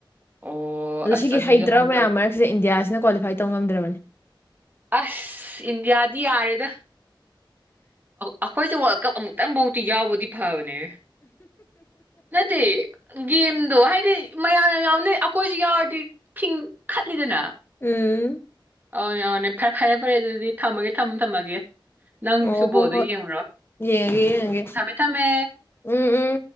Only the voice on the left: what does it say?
ꯑꯗꯨ
ꯁꯤꯒꯤ
ꯍꯩꯇ꯭ꯔꯕ
ꯃꯌꯥꯝ ꯃꯔꯛꯁꯦ ꯏꯟꯗꯤꯌꯥꯁꯤꯅ ꯀ꯭ꯋꯥꯂꯤꯐꯥꯏ ꯇꯧ ꯉꯝꯗ꯭ꯔꯕꯅꯤ꯫
ꯎꯝ
ꯑꯣ
ꯍꯣ ꯍꯣꯏ
ꯌꯦꯡꯉꯒꯦ
ꯌꯦꯡꯉꯒꯦ
ꯎꯝ ꯎꯝ